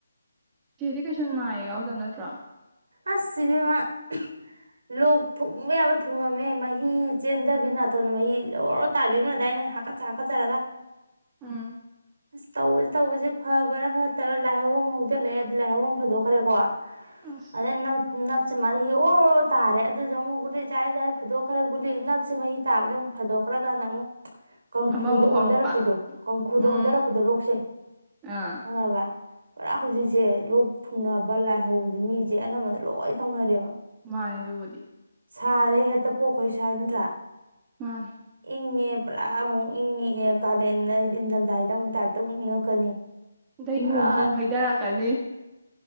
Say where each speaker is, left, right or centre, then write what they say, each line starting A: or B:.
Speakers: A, on the right; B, on the right.
A: ꯆꯦꯗꯤ ꯀꯩꯁꯨ ꯅꯥꯌꯦꯛ ꯌꯥꯎꯗꯕ ꯅꯠꯇ꯭ꯔꯣ?
B: ꯑꯁ ꯁꯤꯕꯝꯃꯥ <unintelligible> ꯂꯣꯛ ꯊꯨꯡꯕꯥ ꯌꯥꯕ ꯊꯨꯡꯉꯝꯃꯦ, ꯃꯍꯤ ꯆꯦꯟꯗꯕꯤ ꯅꯥꯇꯣꯟꯗ ꯃꯍꯤ ꯑꯣꯔꯣꯔꯣ ꯇꯥꯕꯤ ꯑꯃꯥ ꯂꯩꯗꯥꯏꯅꯦ ꯍꯥꯀꯠꯆꯥ ꯍꯥꯀꯠꯆꯥꯔꯒ꯫
A: ꯎꯝ
B: ꯑꯁ ꯇꯧꯕ ꯇꯧꯕꯁꯤ ꯐꯕꯥꯔꯥ ꯐꯠꯇꯕ꯭ꯔꯥ ꯂꯥꯏꯍꯧ ꯑꯃ ꯍꯧꯖꯤꯜꯂꯛꯑꯦ ꯑꯗꯨ ꯂꯥꯏꯍꯧ ꯑꯃꯨꯛ ꯐꯗꯣꯛꯈꯔꯦꯀꯣ
A: ꯑꯁ
B: ꯑꯗꯩ ꯅꯞ ꯅꯞꯁꯦ ꯃꯥꯔꯤ ꯑꯣ ꯔꯣ ꯇꯥꯔꯦ ꯑꯗꯨꯁꯨ ꯑꯃꯨꯛ ꯒꯨꯂꯤ ꯆꯥꯔꯦ ꯆꯥꯔꯦ ꯐꯥꯗꯣꯛꯈ꯭ꯔꯦ, ꯒꯨꯂꯤ ꯅꯞꯁꯦ ꯃꯍꯤ ꯇꯥꯕꯁꯦ ꯑꯃꯨꯛ ꯐꯗꯣꯛꯈ꯭ꯔ ꯀꯥꯟꯗ ꯑꯃꯨꯛ ꯀꯥꯡꯈꯨꯗ
A: ꯑꯃꯃꯨꯛ
B: ꯑꯣꯟꯊꯥꯔꯛꯄꯤꯗꯣ
A: ꯍꯧꯔꯛꯄ
B: ꯀꯥꯡꯈꯨꯗ
A: ꯎꯝ
B: ꯑꯣꯟꯊꯥꯔꯛꯄꯗꯣ ꯂꯣꯛꯁꯦ
A: ꯑꯥ
B: ꯈꯪꯉꯕ? ꯄꯨꯔꯥ ꯍꯧꯖꯤꯛꯁꯦ ꯂꯣꯛ ꯊꯨꯡꯅꯕ ꯂꯥꯏꯍꯧꯁꯦ ꯃꯤ ꯆꯦ ꯑꯅꯝꯕꯅ ꯂꯣꯏ ꯇꯧꯅꯔꯦꯕ꯫
A: ꯃꯥꯅꯦ ꯑꯗꯨꯕꯨꯗꯤ
B: ꯁꯥꯔꯦ ꯍꯦꯛꯇ ꯄꯣꯛꯈꯩ ꯁꯥꯏ ꯅꯠꯇ꯭ꯔꯥ?
A: ꯃꯥꯅꯦ
B: ꯏꯪꯉꯦ ꯄꯨꯔꯥ ꯑꯃꯨꯛ ꯏꯪꯉꯤ ꯑꯦ ꯀꯥꯂꯦꯟ ꯍꯥꯏꯗꯤ ꯅꯤꯡꯊꯝꯊꯒꯤꯗ ꯑꯃꯨꯛ ꯇꯥꯏꯞꯇ ꯑꯃꯨꯛ ꯏꯪꯉꯛꯀꯅꯤ
A: ꯑꯗꯩ
B: ꯄꯨꯔꯥ
A: ꯅꯣꯡꯖꯣꯡ ꯍꯥꯏꯊꯥꯔꯛꯀꯅꯤ